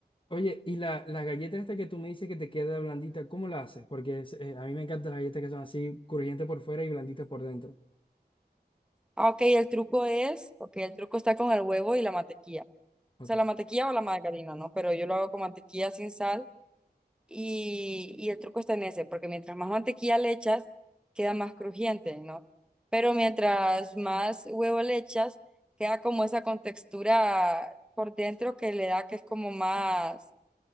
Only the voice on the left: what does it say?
Oye, y la, la galleta esta que tú me dices que te queda blandita, ¿cómo la haces? Porque es- eh, a mí me encantan las galletas que son así, crujientes por fuera y blanditas por dentro.
Ok.